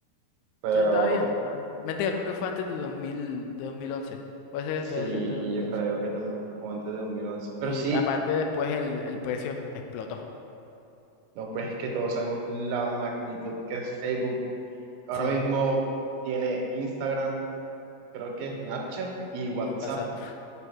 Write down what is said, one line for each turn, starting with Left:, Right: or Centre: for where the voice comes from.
Right: Pero
Left: Sí, estaba bien, estaba bien. Mentira, creo que fue antes de 2000, de 2011, Puede ser
Right: sí,
Left: que haya sido antes de 2011.
Right: yo creo que también fue como antes de dos mil once Pero
Left: Sí,
Right: sí,
Left: aparte después el, el precio explotó.
Right: no, pues es que todos sabemos la magnitud que es Facebook. Ahora
Left: Sí.
Right: mismo tiene Instagram, creo que Snapchat y WhatsApp.
Left: Y WhatsApp.
Right: O
Left: <laughs>